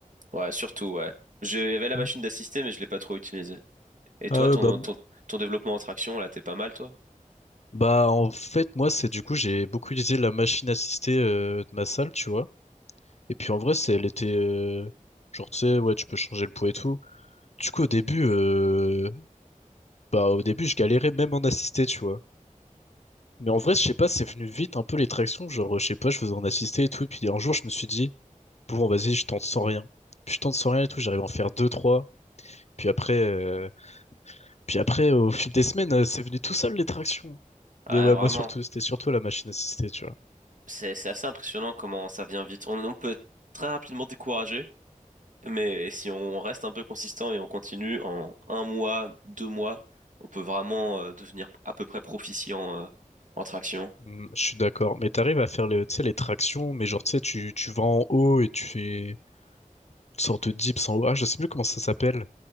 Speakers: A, on the right; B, on the left.
A: Ouais, surtout, ouais. Je- Il y avait la
B: Ouais.
A: machine d'assister, mais je l'ai pas trop utilisée. Et
B: Ah
A: toi,
B: ouais,
A: ton,
B: bah,
A: ton, ton développement en traction, là, t'es pas mal, toi?
B: bah, en fait, moi, c'est du coup, j'ai beaucoup utilisé la machine assistée euh, de ma salle, tu vois. Et puis, en vrai, c'est, elle était... euh, genre, tu sais, ouais, tu peux changer le poids et tout. Du coup, au début, euh, bah, au début, je galérais même en assisté, tu vois. Mais en vrai, je sais pas, c'est venu vite un peu les tractions. Genre, je sais pas, je faisais en assisté et tout. Et puis un jour, je me suis dit, bon, vas-y, je tente sans rien. Puis je tente sans rien et tout. J'arrive à en faire deux, trois. Puis après, euh, puis après, au fil des semaines, euh, c'est venu tout seul les tractions.
A: Ouais,
B: Mais ouais,
A: vraiment.
B: moi surtout, c'était surtout la machine assistée, tu vois.
A: C'est, c'est assez impressionnant comment ça vient vite. On, on peut être très rapidement découragé, mais si on reste un peu consistant et on continue en un mois, deux mois, on peut vraiment euh, devenir à peu près proficient euh, en traction.
B: Hmm, je suis d'accord. Mais t'arrives à faire les, tu sais, les tractions, mais genre, tu sais, tu, tu vas en haut et tu fais une sorte de dips en haut. Ah, je sais plus comment ça s'appelle.